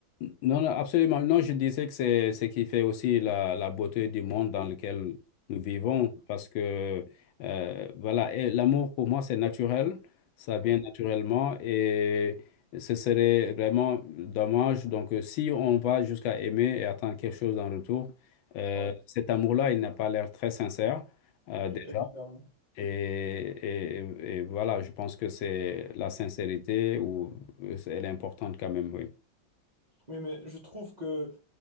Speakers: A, on the left; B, on the right.
A: Non, non, absolument. Non, je disais que c'est ce qui fait aussi la, la beauté du monde dans lequel nous vivons,
B: Ouais,
A: parce que euh, voilà, et l'amour pour moi, c'est naturel, ça vient
B: oui,
A: naturellement, et ce serait vraiment dommage. Donc, euh, si on va jusqu'à aimer et attendre quelque chose en retour, euh,
B: oui,
A: cet amour-là, il n'a pas l'air très sincère euh,
B: oui,
A: déjà.
B: évidemment.
A: Et, et- et voilà, je pense que c'est la sincérité ou euh, elle est importante quand même, oui.
B: Oui, mais je trouve que,